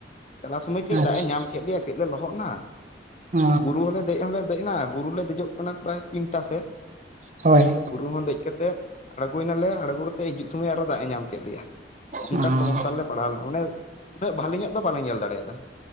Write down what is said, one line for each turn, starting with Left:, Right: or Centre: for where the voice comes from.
Left: ᱪᱟᱞᱟᱣ ᱥᱚᱢᱚᱭ ᱠᱟᱹᱡ
Right: ᱟᱪᱪᱷᱟ
Left: ᱫᱟᱜ ᱮ ᱧᱟᱢ ᱠᱮᱫ ᱞᱮᱭᱟ ᱠᱟᱹᱡ ᱞᱮ ᱞᱚᱦᱚᱫ ᱱᱟ,
Right: ᱚ
Left: ᱵᱩᱨᱩ ᱦᱚᱸᱞᱮ ᱫᱮᱡ ᱦᱚᱸᱞᱮ ᱫᱮᱡ ᱮᱱᱟ᱾ ᱵᱩᱨᱩ‌‌ ᱞᱮ ᱫᱮᱡᱚᱜ ᱠᱟᱱᱟ ᱯᱨᱟᱭ ᱛᱤᱱᱴᱟ ᱥᱮᱫ᱾
Right: ᱦᱳᱭ᱾
Left: ᱵᱩᱨᱩ ᱦᱚᱸ ᱫᱮᱡ ᱠᱟᱛᱮᱫ ᱟᱬᱜᱳᱭᱱᱟᱞᱮ, ᱟᱬᱜᱚ ᱠᱟᱛᱮᱫ ᱦᱤᱡᱩᱜ ᱥᱚᱢᱚᱭ ᱟᱨᱚ ᱫᱟᱜ ᱮ ᱧᱟᱢ ᱠᱮᱫ ᱞᱮᱭᱟ᱾
Right: ᱚ
Left: ᱚᱱᱠᱟᱱ ᱥᱚᱢᱚᱥᱥᱟ ᱨᱮᱞᱮ ᱯᱟᱲᱦᱟᱣ ᱞᱮᱱᱟ ᱢᱟᱱᱮ ᱩᱱᱟᱹᱜ ᱵᱷᱟᱞᱤ ᱧᱚᱜ ᱫᱚ ᱵᱟᱞᱮ ᱧᱮᱞ ᱫᱟᱲᱮᱭᱟᱫᱟ᱾